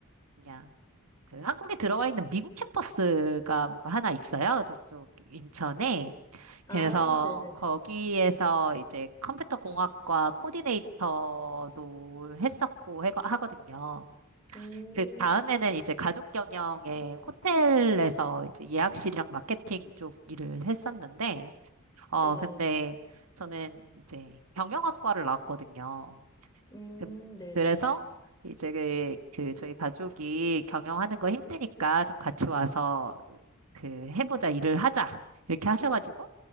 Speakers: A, on the right; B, on the left.
A: 뭐냐, 그 한국에 들어와 있는 미국 캠퍼스가 뭐가 하나 있어요. 저쪽 인천에.
B: 아,
A: 그래서
B: 네네네.
A: 거기에서 이제 컴퓨터 공학과 코디네이터도 했었고 해- 하거든요.
B: 음,
A: 그 다음에는 이제 가족 경영의 호텔에서 이제 예약실이랑 마케팅 쪽 일을 했었는데, 어,
B: 네.
A: 근데 저는 이제 경영학과를 나왔거든요.
B: 음,
A: 그,
B: 네네.
A: 그래서 이제 그, 그 저희 가족이 경영하는 거 힘드니까 좀 같이 와서 그 해보자 일을 하자 이렇게 하셔가지고